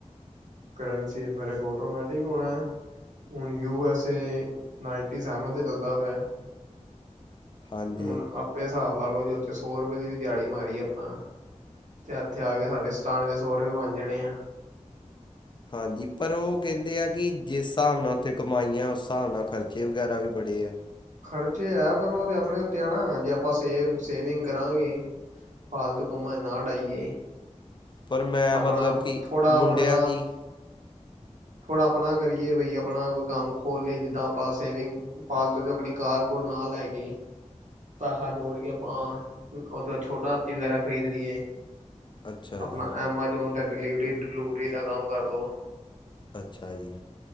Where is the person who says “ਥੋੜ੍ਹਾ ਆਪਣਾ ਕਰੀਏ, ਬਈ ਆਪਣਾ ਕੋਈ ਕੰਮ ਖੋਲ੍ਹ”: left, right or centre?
Right